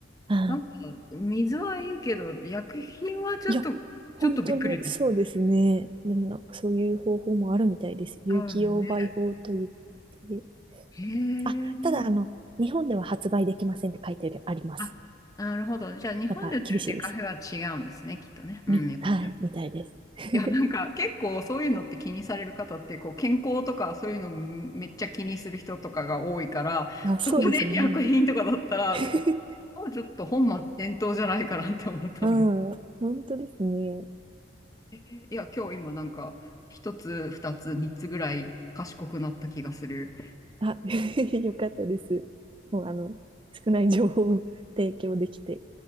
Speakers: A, on the right; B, on the left.
A: ああ、
B: なんか、水はいいけど、薬品はちょっと、
A: いや、本当にそうですね。
B: ちょっとびっくりです。
A: でもなんかそういう方法もあるみたいです。有機溶媒法といって。
B: そうですね。へえ。
A: あ、ただあの、日本では発売できませんって書いてあります。
B: あ、なるほど。じゃあ、日本で売ってるデカフェは違うんですね、
A: やっぱ厳しいです。
B: きっとね。うん、
A: み、
B: よかった。
A: はい、みたいです。<laughs>
B: いや、なんか、結構そういうのって気にされる方って、こう、健康とかそういうのめっちゃ気にする人とかが多いから、
A: あ、
B: そこで薬品とかだったら、
A: そうですよね。<laughs>
B: 結構、あちょっと本末転倒じゃないかなって思ったんです。
A: うん、本当ですね。
B: えいや、今日今なんか、一つ、二つ、三つぐらい賢くなった気がする。
A: あ、<laughs> よかったです。もうあの、少ない情報を提供できて、